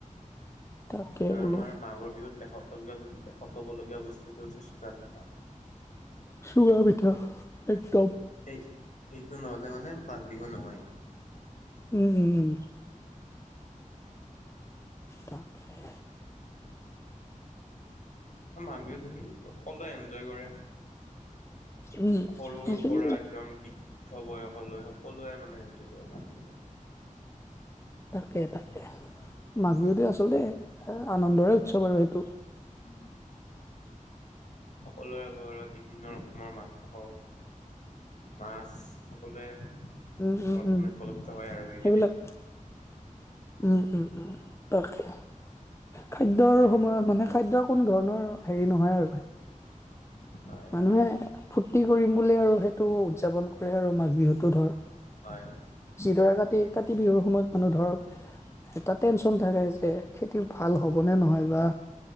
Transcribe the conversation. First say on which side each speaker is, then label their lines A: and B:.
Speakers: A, on the left (about 20°); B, on the left (about 65°).
A: তাকে
B: আৰু
A: বোলো
B: আমাৰ মাঘৰ বিহুত লেখত লবীয়ল লেখত ল'বলগীয়া বস্তুটো হৈছে চুঙা পিঠা।
A: চুঙা পিঠা একদম।
B: এই এইটো নহলে মানে মাঘ বিহু নহয়ে।
A: উম উম উম। তাক হে।
B: মাঘ বিহুত সকলোৱে এনজয় কৰে।
A: উম
B: সৰুৰ
A: সেইখিনি
B: পৰা একদম। বৃদ্ধ বয়সলৈ সকলোৱে মানে এনজয় কৰে মাঘ বিহুত।
A: তাকে তাকে মাঘ বিহুতে আচলতে আনন্দৰে উৎসৱ আৰু সেইটো। <unintelligible>
B: সকলোৰে ঘৰত বিভিন্ন ৰকমৰ মাংস, মাছ সকলোৱে- ঘত
A: উম উম
B: মানে
A: উম
B: উপলব্ধ হয় আৰু সেইকেইদিন।
A: সেইবিলাক উম উম উম তাকে খাদ্যৰ
B: উম,
A: সময়ত মানে- খাদ্যৰ কোনো ধৰণৰ হেৰি নহয় আৰু পায়।
B: হয়,
A: মানুহে
B: হয়,
A: ফূৰ্তি কৰিম বুলি আৰু সেইটো উদ্‌যাপন কৰে আৰু মাঘ বিহুত। টো ধৰ
B: হয়,
A: যিডৰা কাতি কাতি বিহুৰ সময়ত মানুহ ধৰ- এটা টেনচন থাকে যে- খেতি ভাল হ'বনে নহয় বা